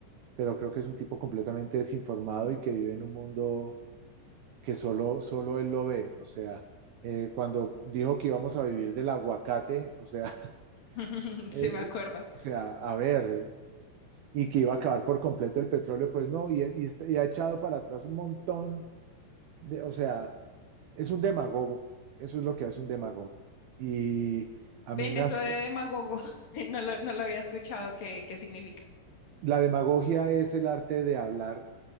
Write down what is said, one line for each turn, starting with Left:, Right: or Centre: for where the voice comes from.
Right: pero creo que es un tipo completamente desinformado y que vive en un mundo que solo, solo él lo ve. O sea, eh, cuando dijo que íbamos a vivir del aguacate, o sea,
Left: <laughs>
Right: <laughs> eh,
Left: Sí, me acuerdo.
Right: o sea, a ver, y que iba a acabar por completo el petróleo, pues no, y, y está- y ha echado para atrás un montón de, o sea es un demagogo, eso es lo que hace un demagogo. Y a
Left: Ven,
Right: mí me
Left: eso
Right: hace,
Left: de demagogo, <laughs> no lo, no lo había escuchado, ¿qué, qué significa?
Right: la demagogia es el arte de hablar